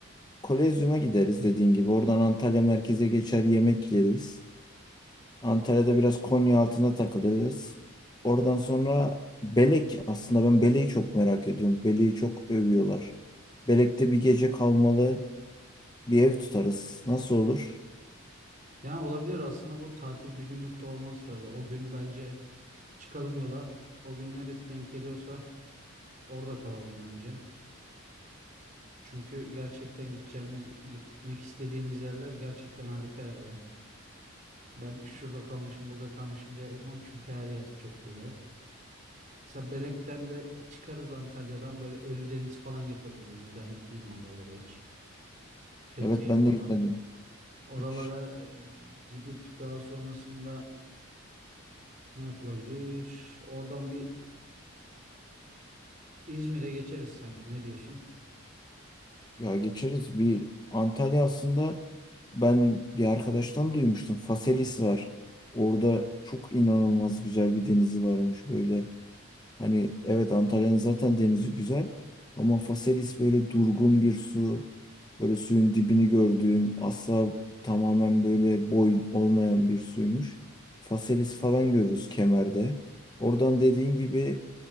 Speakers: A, on the left (about 20°); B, on the right (about 35°).
A: Kolezyum'a gideriz dediğin gibi. Oradan Antalya merkeze geçer yemek yeriz. Antalya'da biraz Konya Konyaaltı'nda takılırız. Oradan sonra Belek. Aslında ben Belek'i çok merak ediyorum. Belek'i çok övüyorlar. Belek'te bir gece kalmalı. Bir ev tutarız. Nasıl olur?
B: Yani olabilir aslında bu tatil bir günlük de olmaz tabii. O gün bence çıkalım yola. O gün neresi denk geliyorsa orada kalalım bence. Çünkü gerçekten gideceğimiz, gitmek istediğimiz yerler gerçekten harika yerler. Ben şurada kalmışım, burada kalmışım diye ayırmam çünkü her yer çok güzel. Mesela Belek'ten de çıkarız Antalya'dan böyle Ölüdeniz falan yapabiliriz. Ben gitmedim oralara hiç. Fethiye
A: Evet ben
B: falan.
A: de gitmedim.
B: Oralara
A: Hiç.
B: e, gidip daha sonrasında ne yapılabilir? Oradan bir İzmir'e geçeriz sanki. Ne diyorsun?
A: Ya geçeriz. Bir Antalya aslında ben bir arkadaştan duymuştum. Faselis var. Orada çok inanılmaz güzel bir denizi varmış böyle. Hani evet Antalya'nın zaten denizi güzel ama Faselis böyle durgun bir su. Böyle suyun dibini gördüğün asla tamamen böyle boy olmayan bir suymuş. Faselis falan görürüz kemerde. Oradan dediğin gibi